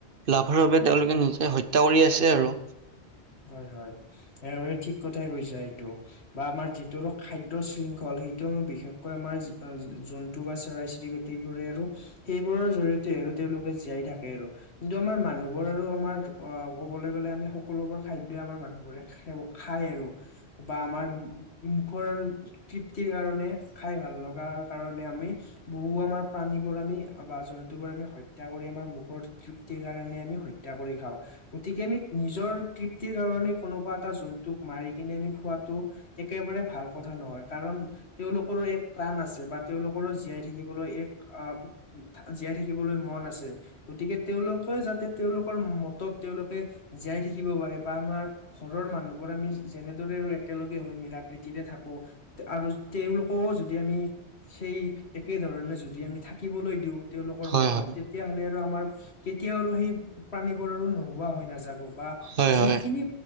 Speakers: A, on the right; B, on the left.
A: লাভৰ বাবে তেওঁলোকে নিজে হত্যা কৰি আছে আৰু।
B: হয়' হয়। একেবাৰে ঠিক কথাই কৈছা এইটো। বা আমাৰ যিটো খাদ্য শৃংখল সেইটো আমি বিশেষকৈ আমাৰ জন্তু বা চৰাই চিৰিক- টিবোৰে আৰু সেইবোৰে আৰু সেইবোৰৰ জৰিয়তে আৰু তেওঁলোকে জীয়াই থাকে আৰু। কিন্তু আমাৰ মানুহবোৰ আৰু আমাৰ অ ক'বলৈ গ'লে আমি সকলোবোৰ খাদ্যই আমাৰ মানুহবোৰে খা খেব খাই আৰু, বা আমাৰ মুখৰ আৰু তৃপ্তিৰ কাৰণে খাই ভাল লগাৰ কাৰণে আমি বহু আমাৰ প্ৰাণীবোৰ আমি বা জন্তুবোৰ আমি হত্যা কৰি আমাৰ মুখৰ তৃপ্তিৰ কাৰণে আমি হত্যা কৰি খাওঁ। গতিকে আমি নিজৰ তৃপ্তিৰ কাৰণে কোনোবা এটা জন্তুক মাৰি কিনে আমি খোৱাটো একেবাৰে ভাল কথা নহয়। কাৰণ তেওঁলোকৰো এক প্ৰাণ আছে বা তেওঁলোকৰো জীয়াই থাকিবলৈ এক আহ জীয়াই থাকিবলৈ মন আছে গতিকে তেওঁলোকে যাতে তেওঁলোকৰ মতত তেওঁলোকে জীয়াই থাকিব পাৰে বা আমাৰ সৰৰ মানুহবোৰ আমি যেনেদৰে আৰু একেলগে হৈ মিলা প্ৰীতিৰে থাকো আৰু তেওঁলোকও যদি আমি সেই একেধৰণে যদি আমি থাকিবলৈ দিওঁ। তেওঁলোকৰ
A: হয়
B: মতত
A: হয়
B: তেতিয়া হ'লে আৰু আমাৰ কেতিয়াও আৰু সেই প্ৰাণীবোৰ আৰু নোহোৱা হৈ নাযাব। বা
A: হয়
B: যিখিনি
A: হয়